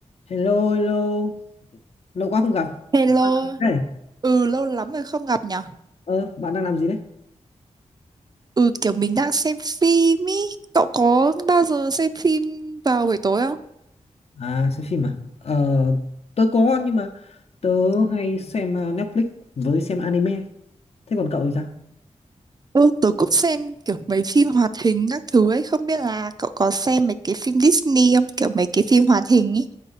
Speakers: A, on the left (about 60°); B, on the right (about 35°).
A: Hello, hello. Lâu quá không gặp.
B: Hello,
A: Hey,
B: ừ lâu lắm rồi không gặp nhở?
A: Ờ, bạn đang làm gì đấy?
B: Ừ kiểu mình đang xem phim ý, cậu có bao giờ xem phim vào buổi tối không?
A: À, xem phim à? Ờ, tớ có nhưng mà tớ hay xem ờ, Netflix với xem anime. Thế còn cậu thì sao?
B: Ừ, tớ cũng xem kiểu mấy phim hoạt hình các thứ ấy, không biết là cậu có xem mấy cái phim Disney không? Kiểu mấy cái phim hoạt hình ý.